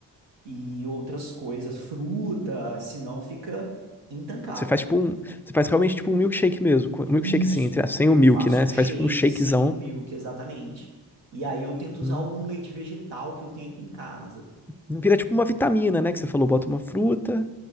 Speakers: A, on the right; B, in the centre.
A: e outras coisas, fruta, senão fica intancável.
B: Você faz tipo um. Você faz realmente tipo um milkshake mesmo. com- Milkshake
A: Isso,
B: sim, entre, aspas, sem
A: eu
B: o milk,
A: faço
B: né?
A: um
B: Você
A: shake
B: faz tipo um shakezão.
A: sem um milk, exatamente. E aí eu tento usar
B: Hum.
A: algum leite vegetal que eu tenho aqui em casa.
B: hum, Vira tipo uma vitamina, né? Que você falou, bota uma fruta,